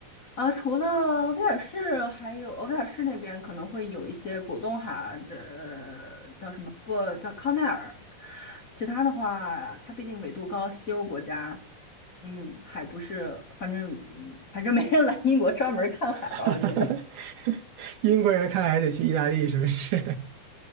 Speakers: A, on the left; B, on the right.
A: 呃，除了威尔士，还有呃威尔士那边可能会有一些果冻海，这呃叫什么？不叫康奈尔。其他的话，它毕竟纬度高，西欧国家，嗯，还不是，反正反正没人来英国专门看海吧，
B: <laughs>
A: 我觉得。
B: 英国人看海得去意大利是不是？